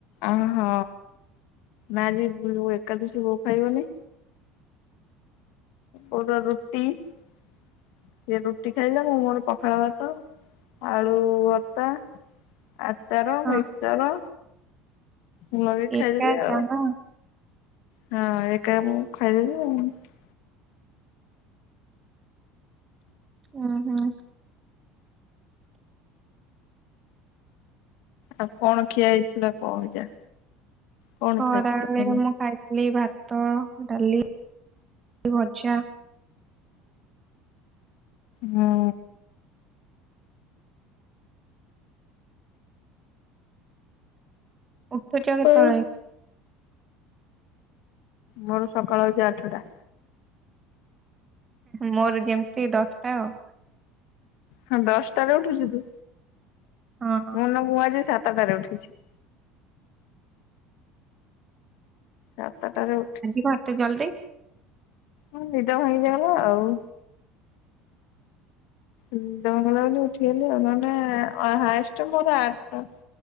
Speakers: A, on the left; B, on the right.
A: ଅଉ ହ ନା ଆଜି ଏକାଦସି ବୋଉ ଖାଇବନି। ବୋଉର ରୁଟି ସିଏ ରୁଟି ଖାଇଲେ ମୁଁ ମୋର ପଖାଳ ଭାତ। ଆଳୁ ଭତା ଆଚାର
B: ହଁ।
A: ମିକ୍ସଚର ମୁଁ ଲଗେଇକି
B: ଏକା
A: ଖାଇଥିଲି
B: ଏକା
A: ଆଉ।
B: ନା
A: ହଁ ଏକା ମୁଁ ଖାଇଦେବି ଆଉ।
B: ହୁଁ ହୁଁ।
A: ଆଉ କଣ ଖିଆ ହେଇଥିଲା କହ ଯା କଣ
B: ଖରାବେଳେ
A: ଖାଇଥିଲେ କହିଲ
B: ମୁଁ ଖାଇଥିଲି ଭାତ ଡାଲି ଭଜା
A: ହଁ।
B: ଉଠୁଛ କେତେବେଳେ?
A: ହୁଁ ମୋର ସକାଳ ହଉଛି ଆଠଟା
B: ମୋର ଯେମିତି ଦଶଟା ଆଉ।
A: ହଁ ଦଶଟାରେ ଉଠୁଛୁ ତୁ
B: ହଁ।
A: ମନ ବୁ ଆଜି ସାତଟାରେ ଉଠିଚି ସାତଟାରେ ଉଠ
B: ଆଜି କଣ ଏତେ ଜଲ୍ଦି?
A: ହଁ ନିଦ ହେଇଗଲା ଆଉ। ନିଦ ଭାଙ୍ଗିଲାବୋଲି ଉଠିଗଲି ନହେଲେ ହାଏଷ୍ଟ ମୋର ଆଠଟା।